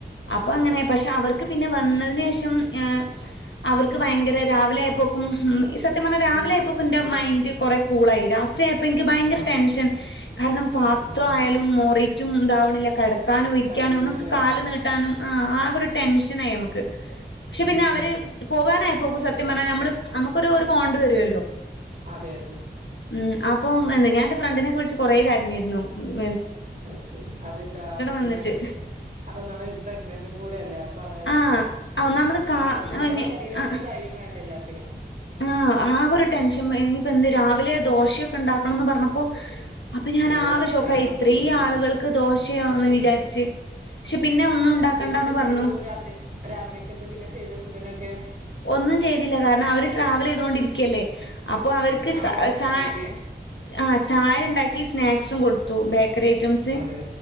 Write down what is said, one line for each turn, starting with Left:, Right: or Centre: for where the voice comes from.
Left: അപ്പ അങ്ങനെ പക്ഷെ അവർക്ക് പിന്നെ വന്നതിനേഷം ഏ അവർക്ക് ഭയങ്കര ഓല് ആയപ്പേക്കും ഉ ഈ സത്യം പറഞ്ഞാൽ രാവിലെ
Right: ഉം
Left: ആയപ്പോൊക്ക എന്റെ മൈൻഡ്കുറെ കൂളായി രാത്രി ആയപ്പോ എനിക്ക് ഭയങ്കര
Right: ആ
Left: ടെൻഷൻ കാരണം പാത്രയാലും
Right: ആ ആ
Left: മോറീട്ടും ഇതാവണ ഇല്ല കെടക്ക് നിക്കാനോ ഇരിക്കാനോ
Right: കഴിയുന്നില്ല
Left: ഒന്നുമ്മക്ക് കാല്
Right: ആ
Left: നീട്ടാനും ആഹ് ഒരു ടെൻഷൻ ആയി അമ്മക്ക് പക്ഷെ
Right: ഉം
Left: പിന്നെ
Right: ഉം
Left: അവര് പോകാനായപ് പോകൂസബ് ത്യം പറ്ഞ്ഞാ നമ്മള് നമുക്കൊരു ഒരു ബോണ്ട് വരോല്ലോ
Right: അതെ അതെ
Left: ഉം അപ്പം എന്താ ഞാനെന്റെ ഫ്രണ്ടിനൊക്കെ വിളിച്ച് കൊറേ കരഞ്ഞിരുന്നു ഉം
Right: അഹ് ശെരി അതെന്താ അങ്ങനെ
Left: വന്നിട്ട്
Right: അതൊന്നാണ് പ്രഗ്നെന്റ് ഇന്നും കൂടെയല്ലേ അപ്പ അതായിരിക്കൂല്ലെ
Left: ആഹ് ഒന്നാമത് കാ
Right: നമ്മ നമ്മൊ ടെ ശരീരം
Left: ആഹ്
Right: കൊണ്ട് കഴിയും വേണ്ടല്ലാർക ത്തിനും
Left: ആഹ് ആകൊരു ടെൻഷൻ ഇഞ്പ്പ എന്ത് രാവിലെ ദോശയൊക്കെ ഇണ്ടാക്കണംന്ന് പറഞ്ഞപ്പോ അപ്പെം ഞാനാകെ
Right: ഓ അത്രയും
Left: ഷോക്കായി
Right: ആളുകൾക്കൊക്കെ
Left: ഇത്രയീ ആളുകൾക്ക് ദോശയോ ന്ന്
Right: ഉം
Left: വിചാര്ച്ച് ക്ഷെ പിന്നെ ഒന്നും ഉണ്ടാക്കണ്ടാന്ന്
Right: പിന്നെ എന്ത്
Left: പറഞ്ഞു
Right: ചെയ്തു രാത്രി രാവിലേക്ക് എന്താ പിന്നെ ചെയ്ത് ഫുഡിനൊക്കെ
Left: ഒന്നും ചെയ്തില്ല കാരണം അവര് ട്രാവൽ ചെയ്തൊണ്ടിരിക്കല്ലേ. അപ്പൊ അവർക്ക്
Right: ആ
Left: ച
Right: പുറത്തുന്ന്
Left: ചായ
Right: കഴിക്കേ
Left: ആഹ് ചായ ഉണ്ടാക്കി. ഈ സ്നാക്സും കൊടുത്തു ബേക്കറി ഐറ്റംസ്
Right: അതെ